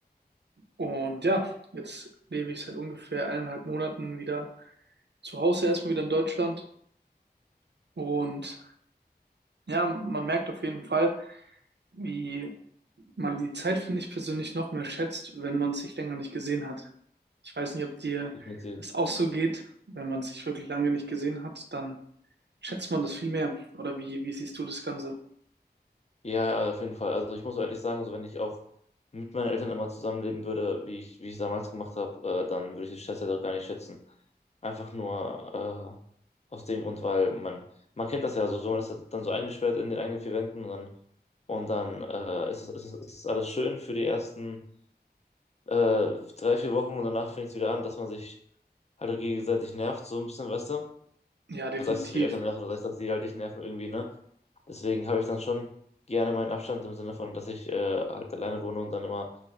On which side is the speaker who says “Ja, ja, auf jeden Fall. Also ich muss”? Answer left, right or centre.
Left